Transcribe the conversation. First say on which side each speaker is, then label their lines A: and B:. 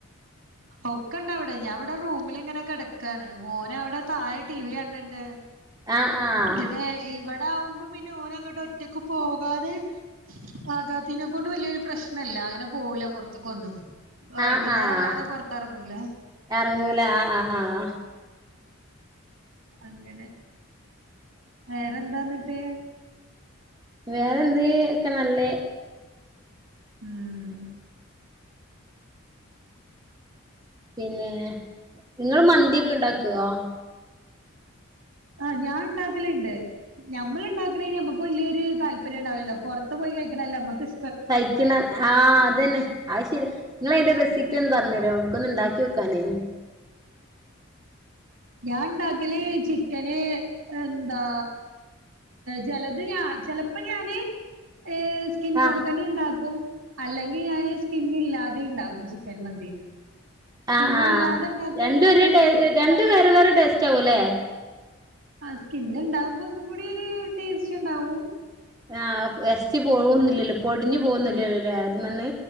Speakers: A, on the right; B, on the right.
A: ഒക്കെ ഇണ്ട അവടെ ഞാൻ ഇവടെ റൂമിലിങ്ങനെ കെടക്കാണ് മോന് അവടെ താഴെ ടി വി കണണിണ്ട്
B: ആഹ് ആഹ്
A: പിന്നെ ഇവടെ ആവുമ്പോ പിന്നെ ഓന് അങ്ങട്ട് ഒറ്റക്ക് പോകാന് ആകാത്തിനെ കൊണ്ട് വലിയൊരു പ്രശ്നല്ല അങ്ങനെ പോവൂല്ല പൊറത്തൊക്കെന്നും വൈകുന്നേരം
B: ആഹ് ആഹ്
A: അല്ലാതെ പൊറത്തെറങ്ങൂല
B: ഇറങ്ങൂല ആഹ് ആഹ് ആഹ്
A: അങ്ങനെ വേറെന്താ അന്നിട്ട്
B: വേറെ എന്ത് ഒക്കെ നല്ലെ
A: ഉം
B: പിന്നെ നിങ്ങള് മന്തിയൊക്കെ ഇണ്ടാക്കുവോ
A: ആ ഞാൻ ഉണ്ടാക്കലണ്ടിണ്ട് ഞമ്മള് ഇണ്ടാക്കണെന് ഞമക്ക് വല്യയൊര് താല്പര്യം ഉണ്ടാവലല്ലോ പൊർത്ത് പോയി കയിക്കണെല്ല നമുക്ക് ഇ
B: കഴിക്കണ ആഹ് അത് തന്നെ ആ ശരി നിങ്ങള് അയിന്റെ റെസി പ്പി ഒന്ന് പറഞ്ഞ് തരോ നമ്ക്കൊന്ന് ഉണ്ടാക്കി ഒക്കാനെ
A: ഞാൻ ഇണ്ടാക്കല് ചിക്കന് എന്താ ചെലത് ഞാ ചെലപ്പ ഞാന് ഏയ് സ്കിന്നോട്ക്കണ്ണി
B: ആഹ്
A: ഇണ്ടാക്കും അല്ലെങ്കി ഞാന് സ്കിന്നില്ലാതെ ഇണ്ടാക്കും ചിക്കൻ മന്തി സ്കിന്നും
B: ആഹ് ആഹ്
A: ഇല്ലാതെ ഇണ്ടാക്കാണെന്നുണ്ടെങ്കിൽ
B: രണ്ടും ഒരേ ടെ
A: അയ്ക്ക് ക്യാപ്സ്
B: രണ്ടും വേറെ വേറെ ടെസ്റ്റ് ആവുംല്ലേ
A: ആഹ് സ്കിന്ന ഉണ്ടാവുമ്പോ ഒന്നും കൂടി ഒരു ടേസ്റ്റ് ഉണ്ടാവും
B: ആഹ ഇറച്ചി പോവുന്നില്ലല്ലോ പൊടിഞ്ഞു പോകുന്നില്ലല്ലോല്ലേ അത് മന്ന്